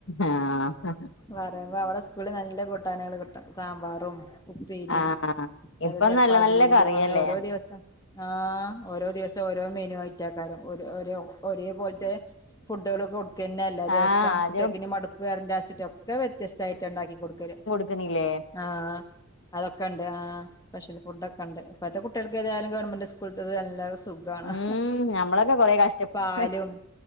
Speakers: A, on the left; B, on the left.
A: ആഹ്
B: പറയുമ്പോ അവടെ സ്കൂൾല് നല്ല കൂട്ടാനാള് കിട്ടും സാമ്പാറും ഉപ്പേരിയും
A: ആഹ്
B: അതേപോലെ
A: ഇപ്പൊ
B: ചെലപ്പോ
A: നല്ല
B: അവിയലും
A: നല്ല കറിയല്ലേ
B: അങ്ങനെ ഓരോ ദിവസം ആഹ് ഓരോ ദിവസം ഓരോ മെനു ആയിറ്റാക്കാരം ഒര് ഒരേ ഒരേ പോൽത്തെ ഫുഡ്ഡ്കള് കൊട് ക്കെന്നല്ലെ ദിവസം.
A: ആഹ് ആദ്യം
B: കുട്ട്യക്ക്നി മടുപ്പ് വെരണ്ടാച്ച്ട്ടൊക്കെ വ്യത്യസ്തായിട്ടാ ഇണ്ടാക്കി കൊട്ക്കല്.
A: ക്കനീല്ലെ
B: ആഹ് അതൊക്കണ്ട് ആഹ് സ്പെഷ്യൽ ഫു‌ഡോക്കെണ്ട്. ഇപ്പത്തെ കുട്ട്യാൾക്കേതായാലും ഗവൺമെന്റ് സ്കൂൾത്തത് നല്ലെ സു ഖാണ്.
A: ഉം ഞമ്മളൊക്കെ കൊറെ കഷ്ടപ്പെട്ടു
B: പാലും